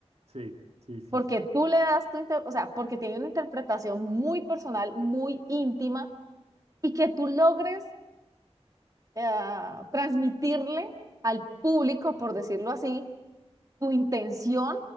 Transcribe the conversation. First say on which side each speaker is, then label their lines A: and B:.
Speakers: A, on the right; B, on the right.
A: Sí, sí, sí,
B: porque
A: sí.
B: tú le das tu inter- o sea, porque tiene una interpretación muy personal, muy íntima, y que tú logres eh, transmitirle al público, por decirlo así, tu intención